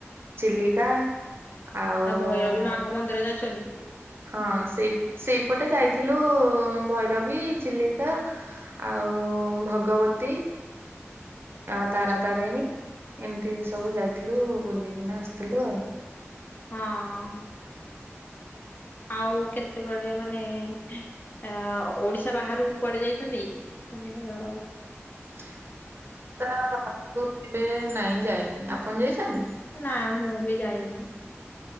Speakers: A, on the right (about 55°); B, on the left (about 40°).
A: ଚିଲିକା ଆଉ
B: ଆ ଭୈରବୀ ମାଙ୍କ ମନ୍ଦିର ଯାଇଛନ୍ତି?
A: ହଁ ସେଇ ସେଇପଟେ ଯାଇଥିଲୁ ଭୈରବୀ ଚିଲିକା ଆଉ ଓ ଭଗବତୀ
B: <inaudible>
A: ଆଉ ତାରା
B: ଆଚ୍ଛା
A: ତାରିଣୀ ଏମିତି ସବୁ ଯାଇଥିଲୁ ବୁଲିକିନା ଆସିଥିଲୁ ଆଉ।
B: ହଁ। ଆଉ କେତେବେଳେ ମାନେ ଅ ଓଡିଶା ବାହାରକୁ କୁଆଡ଼େ ଯାଇଛନ୍ତି? ମାନେ ଗାର
A: <unintelligible> ନାଇଁ ଯାଇନି ଆପଣ ଯାଇଛନ୍ତି?
B: ନା ମୁଁ ବି ଯାଇନି।